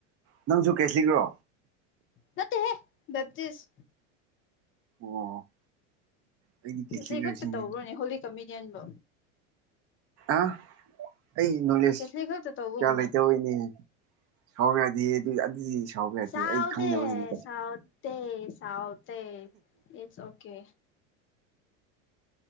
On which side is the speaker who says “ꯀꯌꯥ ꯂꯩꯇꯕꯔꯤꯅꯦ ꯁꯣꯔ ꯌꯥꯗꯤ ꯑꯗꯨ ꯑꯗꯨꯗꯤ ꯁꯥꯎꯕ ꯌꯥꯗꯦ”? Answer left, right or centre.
Right